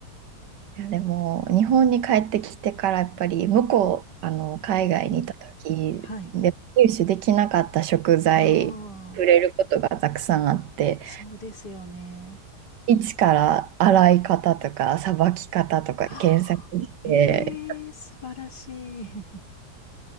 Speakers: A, on the right; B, on the left.
A: いやでも日本に帰ってきてからやっぱり向こうあの海外にいた時で入手できなかった食材触れることがたくさんあって
B: うんはい。ああ、そうですよね。
A: 一から洗い方とかさばき方とか検索して
B: <gasps> はあええ素晴らしい。<laughs>